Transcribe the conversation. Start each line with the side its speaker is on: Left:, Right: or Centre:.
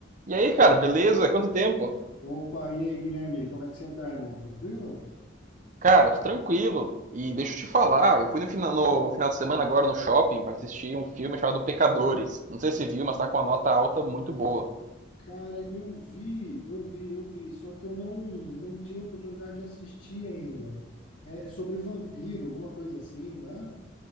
Right: E aí, cara, beleza? Quanto tempo?
Left: Opa, e aí, Guilherme, como é que você tá, irmão? Tranquilo?
Right: Cara, tô tranquilo. E deixa eu te falar, eu fui no final, no final de semana agora no shopping pra assistir um filme chamado Pecadores. Não sei se você viu, mas tá com uma nota alta muito boa.
Left: Cara, eu vi, eu vi, eu vi, só que eu não, não tive oportunidade de assistir ainda. É, é sobre vampiro, alguma coisa assim, não é?